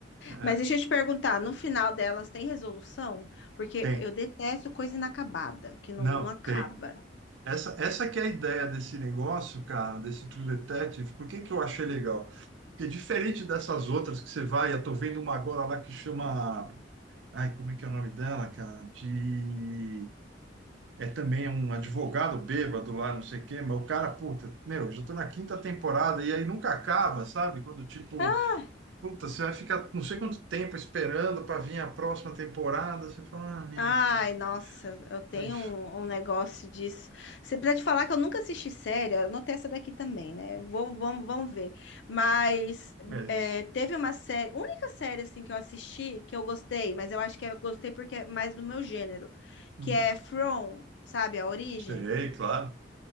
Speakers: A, on the right; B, on the left.
A: É,
B: Mas deixa eu te perguntar, no final delas tem resolução? Porque
A: tem.
B: eu detesto coisa inacabada, que não,
A: Não,
B: não acaba.
A: tem. Essa, essa que é a ideia desse negócio, cara, desse True Detective. Por que que eu achei legal? Porque diferente dessas outras que você vai, eu tô vendo uma agora lá que chama. Ai, como é que é o nome dela, cara? De. É também um advogado bêbado lá, não sei o quê, mas o cara, puta, meu, já tô na quinta temporada e aí nunca acaba, sabe? Quando, tipo,
B: Ah,
A: puta, você vai ficar não sei quanto tempo esperando pra vir a próxima temporada, você fala, ah, meu,
B: Ai,
A: cara,
B: nossa, eu tenho
A: é isso.
B: um, um negócio disso. Você precisa te falar que eu nunca assisti série, eu anotei essa daqui também, né? Vou, vamos, vamos ver. Mas
A: É isso.
B: é, teve uma série, única série assim que eu assisti que eu gostei, mas eu acho que eu gostei porque é mais do meu gênero,
A: Uhum.
B: que é From, sabe, a origem.
A: Sei, claro.